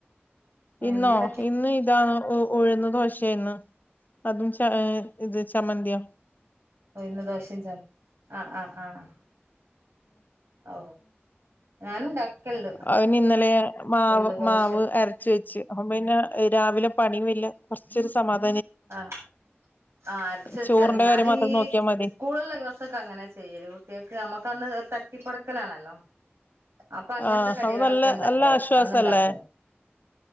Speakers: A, on the left; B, on the right.
A: ഇന്നോ
B: എന്തേ ഇണ്ടാക്കി
A: ഇന്ന് ഇ ഇതാണ് ഉഴുന്നത് ദോശ ആയിന്ന് അതും ച ഇത് ചമ്മന്തി <inaudible>
B: ന്ന് ദോഷം ച ആ ആഹ് ആഹ് ഓ ഞാനും ഉണ്ടാക്കലുണ്ട്
A: അയ്ന് ഇന്നലെ മാവ്
B: ഉഴുന്ന് ദോശൊക്കെ
A: മാവ് അരച്ച് വെച്ച് അപ്പ പിന്നെ രാവിലെ പണിയുംല്ല കുറച്ചൊരു സമാധ
B: ആഹ് ആ അരച്ച് വെച്ചാല്
A: ചോറിന്റെ
B: ഞാൻ
A: കാര്യം മാത്രം
B: ഈ
A: നോക്കിയാ മതി
B: സ്കൂളള്ള ദിവസമൊക്കെ അങ്ങനെ ചെയ്യല് കുട്ടിയക്ക് നമ്മുക്ക്ന്ന് ഒരു ത ട്ടിപ്പറക്കലാണല്ലോ അപ്പൊ അങ്ങനത്തെ
A: ആഹ്
B: കടികളൊക്കെ
A: അത് നല്ല
B: ഇണ്ട
A: നല്ല ആശ്വാസല്ലേ
B: അന്ന് ഇണ്ടാക്കും